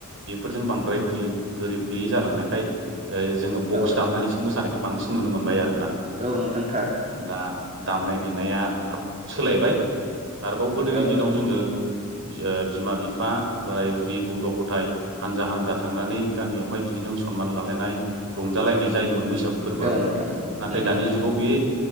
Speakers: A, on the right; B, on the right.
A: बेफोरजों बांद्राय गोलिब गोरिबफ्लेयि जालांनायखाय ओरै जोङो बक्स
B: औ
A: दामनानैसो मोसानायखौ बांसिन नुनो मोनबाय आरोना।
B: नोंथां औ नोंथां थार
A: दा दामनाय देनाया सोलायबाय। आरोबाव गोदोनि
B: औ
A: दिनाव
B: नोंथां
A: जोङो ओ बिमा बिफा बोराय बुरि गथ' गथाय हानजा हानजा थांनानै गामियावहाय बिदिनो सनमान लालायनाय रंजालायनाय जायोमोन बैसागु फोर्बोआव।
B: औ नोंथां औ
A: नाथाय
B: नंगौ
A: दानि
B: नोंथां
A: जुगाव बे